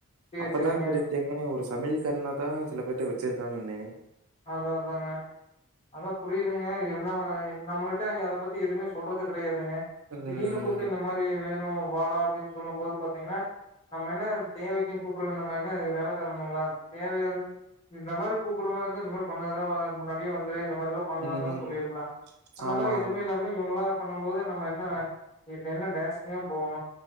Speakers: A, on the left (about 30°); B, on the right (about 70°).
A: சேரி
B: அப்ப
A: சேரிங்க
B: தா தெரின்ச்சுங்க <unintelligible> ஒரு சமைல் காரனா தா சில பேத்த வெச்சிருக்காங்கன்னு
A: அதா அதாங்க அதா புரியிதுங்க இருந்தா அவ நம்மகிட்ட அத பத்தி எதுமே சொல்றது கெடையா ல்லங்க
B: ம்.
A: திடீர்னு கூப்ட்டு இந்த மாரி வேணு வாடா அப்டின் சொல்லும் போது பாத்தீங்கன்னா நம்ம என்ன தேவைக்கு கூப்ட்ருக்கு நம்ம என்ன வேலக்காரனுங்களா தேவையாந்து இந்த மாரி கூப்பட்ற மார் ந்தா இந்த மாரி பண்ணாதடா முன்னாடியே வந் மொதலயே இந்த மாரில்லா பண்லாங்கன்
B: ம்.
A: சொல்லிருக்கலா அந்த
B: ஆமாமா.
A: மாரி எதுமே இல்லாம இவங்களா பண்ணு போது நம்ம என்ன என்ன டேசனியா போணு